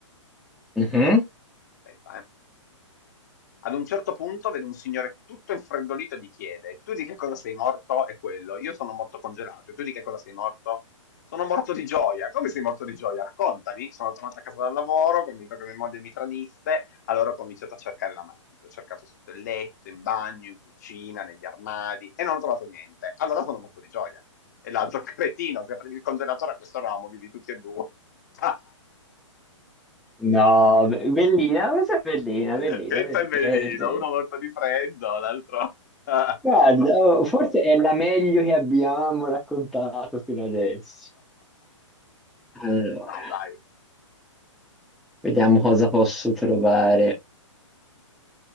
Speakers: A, in the centre; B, on the left.
A: Mhm.
B: Aspetta, eh. Ad un certo punto vede un signore tutto infreddolito e gli chiede: Tu di che cosa sei morto? E quello, io sono morto congelato. E tu di che cosa sei morto? Sono morto di gioia. Come sei morto di gioia? Raccontami. Sono tornato a casa dal lavoro, convinto che mia moglie mi tradisse. Allora ho cominciato a cercare l'amante, ho cercato sotto il letto, in bagno, in cucina, negli armadi e non ho trovato niente. Allora sono morto di gioia. E l'altro <laughs> cretino, se aprivi il congelatore a questo ramo, vivi tutti e due. <laughs>
A: No,
B: Questa è bella.
A: be- bellina, questa è bellina,
B: Questa
A: bellina, bellina,
B: è bellina,
A: bellina.
B: uno morto di freddo, l'altro... <laughs>
A: Guarda, oh, forse è la meglio che abbiamo raccontato fino adesso. Allora,
B: Vai, vai.
A: vediamo cosa posso trovare